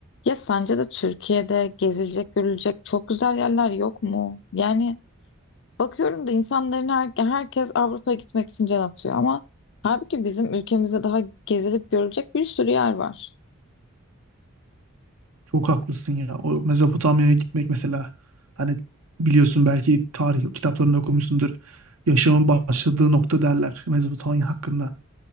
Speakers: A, on the left; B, on the right.
A: Ya sence de Türkiye'de gezilecek, görülecek çok güzel yerler yok mu? Yani bakıyorum da insanların her, herkes Avrupa'ya gitmek için can atıyor ama halbuki bizim ülkemizde daha gezilip görülecek bir sürü yer var.
B: Çok haklısın ya. O Mezopotamya'ya gitmek mesela hani biliyorsun belki tarih kitaplarında okumuşsundur. Yaşamın başladığı nokta derler Mezopotamya hakkında.